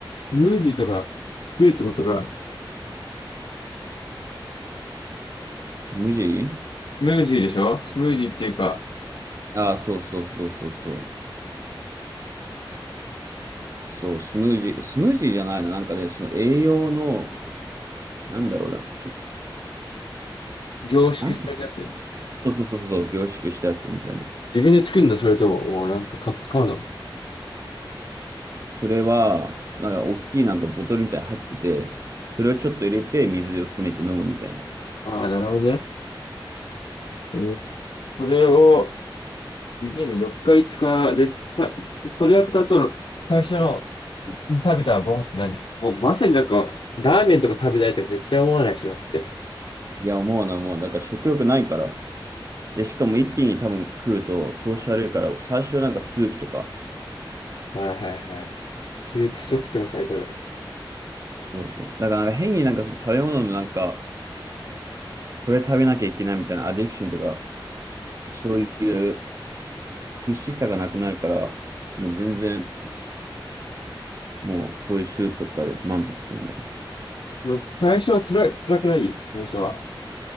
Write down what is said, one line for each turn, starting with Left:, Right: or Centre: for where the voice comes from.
Left: ムージーとか食えってことが
Right: 無地
Left: ムージーでしょスムージーっていうか、
Right: ああ、そうそうそうそうそう。そう、スムージー、スムージーじゃないの。なんかね、その栄養の、なんだろうな。
Left: 凝縮されたやつ。
Right: なんか、そうそうそうそう、凝縮したやつみたいな。
Left: 自分で作るのそれとも、おなんか買買うの
Right: それは、なんか、大きいなんかボトルみたいに入ってて、それをちょっと入れて、水で薄めて飲むみたいな。
Left: ああ、なるほどね。うんこれを、で4日5日で、さ、これを使うと、最初の食べたご飯って何もうまさになんか、ラーメンとか食べたいとか絶対思わないしなって。
Right: いや、思うな、もう、なんから食欲ないから。で、しかも一気に多分食うと調子悪いから、最初なんかスープとか、
Left: はいはいはい。スープ食っックとか最高だね。
Right: そうそう。だからなんか変になんかその食べ物のなんか、これ食べなきゃいけないみたいなアディクションとか、そういう必死さがなくなるから、もう全然、もうそういうスープとかで満足するんだよね。
Left: もう最初は辛い、辛くない最初は。